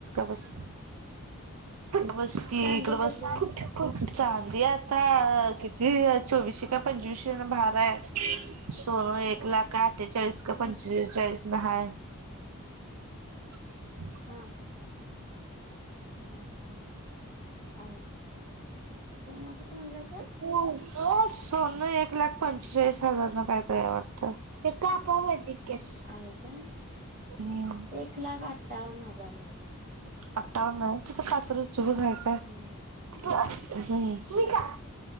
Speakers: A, on the right (about 80°); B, on the right (about 40°).
A: बस बस इकडं
B: चांदी
A: बस
B: कशी आहे?
A: चांदी आहे आता किती चोवीसशे का पंचवीशे भारा आहे सोनं एक लाख का अठ्ठेचाळीस का
B: हा.
A: पंचेचाळीस म हा ह
B: हा ह ह आणि सोन कस म्हटलं अस
A: हो हो सोनं एक लाख पंचेचाळीस हजार न कायतरी वाटतं ते का पावडजी केेस
B: आहे का?
A: ह्
B: एक लाख अठ्ठावन्न हजार नाही
A: आावर
B: आज.
A: नाही तिथं पात्र चूक घ
B: हम्म.
A: हम्म का